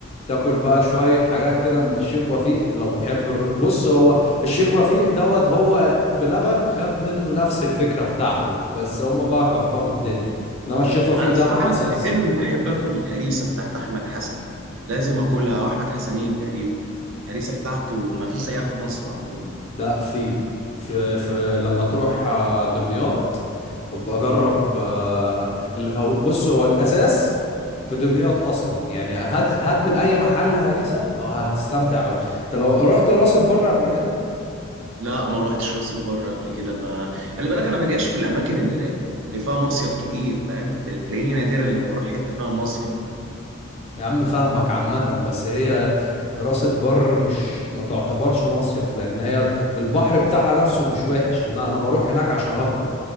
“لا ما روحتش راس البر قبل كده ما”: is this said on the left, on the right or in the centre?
Right